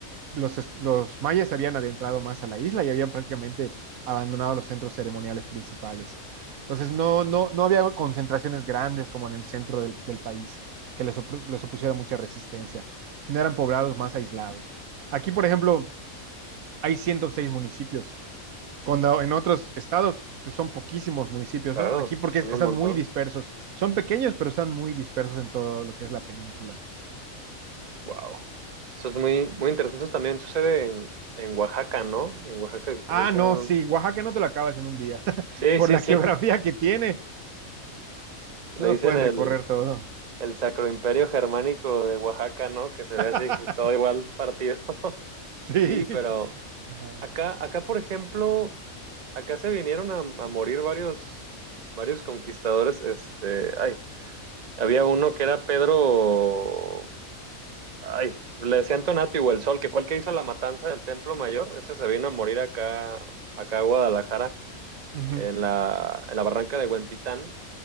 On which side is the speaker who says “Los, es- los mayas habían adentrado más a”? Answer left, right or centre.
Right